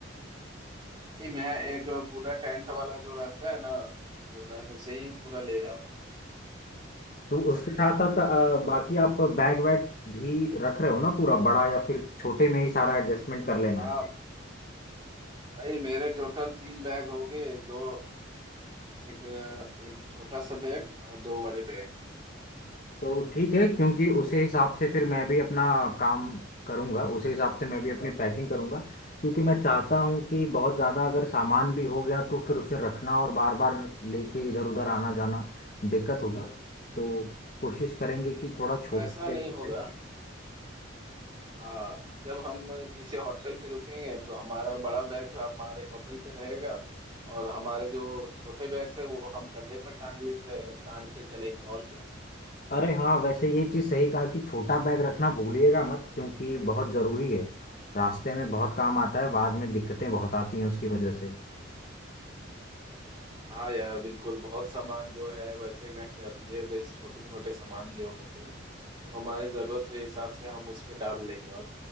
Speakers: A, on the right; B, on the left.
A: भाई मैं एक पूरा टेंट वाला जो रहता है ना तो मैं उसे ही पूरा ले जाऊंगा उसको
B: तो
A: समेट
B: उसके साथ
A: के
B: साथ
A: जो
B: अ, बाकी आप बैग वैग भी रख रहे हो ना पूरा बड़ा या फिर छोटे में ही सारा एडजस्टमेंट कर लेना
A: हाँ
B: है
A: भाई मेरे टोटल तीन बैग हो गए दो एक एक छोटा सा बैग और दो बड़े बैग
B: तो ठीक है क्योंकि उसी हिसाब से फिर मैं भी अपना काम करूंगा उसी हिसाब से मैं भी अपनी पैकिंग करूंगा क्योंकि मैं चाहता हूं कि बहुत ज़्यादा अगर सामान भी हो गया तो फिर उसे रखना और बार बार लेके इधर उधर आना जाना दिक्कत होगी तो कोशिश करेंगे कि थोड़ा
A: भाई
B: छोटा
A: ऐसा नहीं
B: बैग
A: होगा हाँ जब हम किसी होटल पे रुकेंगे तो हमारा बड़ा बैग हमारे होटल पे रहेगा और हमारे जो छोटे बैग्स है वो हम कंधे पर टांग ले च- टांग के चलेंगे और क्या
B: अरे हाँ वैसे ये चीज़ सही कहा कि छोटा बैग रखना भूलिएगा मत क्योंकि बहुत ज़रूरी है रास्ते में बहुत काम आता है बाद में दिक्कतें बहुत आती हैं उसकी वजह से
A: हाँ यार बिल्कुल बहुत सामान जो है वैसे घट जाती है जैसे छोटे छोटे सामान जो होते हैं तो हमारी जरूरत के हिसाब से हम उस पे डाल लेंगे और